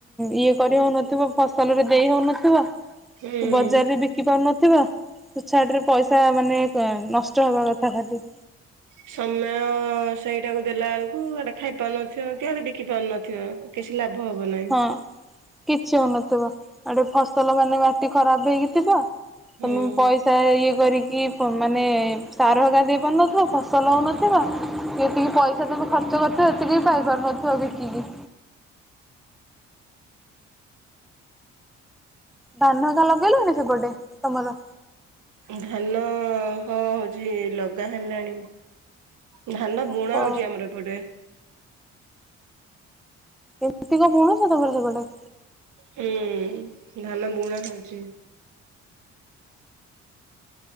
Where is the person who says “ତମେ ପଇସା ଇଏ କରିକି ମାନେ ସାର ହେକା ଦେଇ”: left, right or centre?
Centre